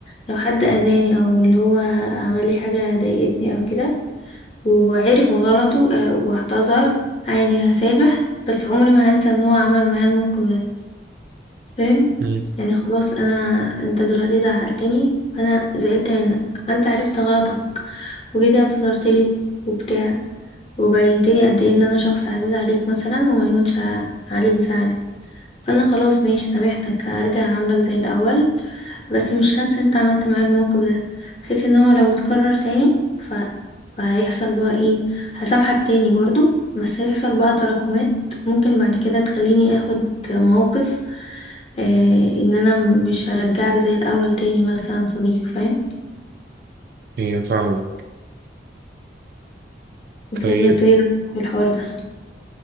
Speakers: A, on the left; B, on the right.
A: لو حد أذاني أو اللي هو عمل لي حاجة ضايقتني أو كده وعرف غلطه آه، واعتذر عادي هسامح بس عمري ما هنسى إن هو عمل معايا الموقف ده فاهم
B: مم.
A: يعني خلاص أنا أنت دلوقتي زعلتني فأنا زعلت منك فأنت عرفت غلطك وجيتي اعتذرت لي وبتاع وبينتلي قد إيه إن أنا شخص عزيز عليك مثلا وما يكونش ع- عليك زعل فانا خلاص ماشي سامحتك هرجع اعاملك زي الاول بس مش هنسى انت عملت معايا الموقف ده بحيث ان هو لو اتكرر تاني ف... فهيحصل بقى ايه هسامحك تاني برضو بس هيحصل بقى تراكمات ممكن بعد كده تخليني اخد مواقف آه ان انا مش هرجعك زي الاول تاني مثلا صديق فاهم
B: هي فاهم طيب
A: طب وانت ايه رأيك في الحوار ده